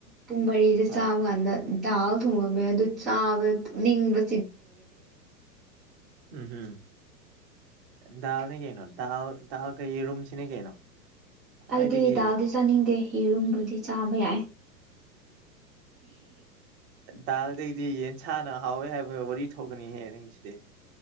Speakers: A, in the centre; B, on the right (about 40°).
A: ꯄꯨꯡ ꯃꯔꯤꯗ
B: ꯍꯣꯏ
A: ꯆꯥꯕ ꯀꯥꯟꯗ ꯗꯥꯜ ꯊꯣꯡꯉꯝꯃ‌ꯦ ꯑꯗꯨ ꯆꯥꯕꯗ ꯇꯨꯝꯅꯤꯡꯕ
B: ꯎꯝ ꯍꯝ ꯗꯥꯜꯅꯤ ꯀꯩꯅꯣ ꯗꯥꯜ ꯗꯜꯀ ꯌ‌ꯦꯔꯨꯝꯁꯤꯅꯤ ꯀꯩꯅꯣ ꯈ꯭ꯋꯥꯏꯗꯒꯤ
A: ꯑꯩꯗꯤ ꯗꯥꯜꯗꯤ ꯆꯥꯅꯤꯡꯗꯦ ꯌꯦꯔꯨꯝꯕꯨꯗꯤ ꯆꯥꯕ ꯌꯥꯏ
B: ꯗꯜ ꯗꯩꯗꯤ ꯌ‍ꯦꯟ ꯁꯥꯅ ꯍꯥꯎꯋꯦ ꯍꯥꯏꯕꯩ ꯋꯥꯔꯤ ꯊꯣꯛꯒꯅꯤꯍꯦ ꯅꯪꯒꯤꯁꯤꯗꯤ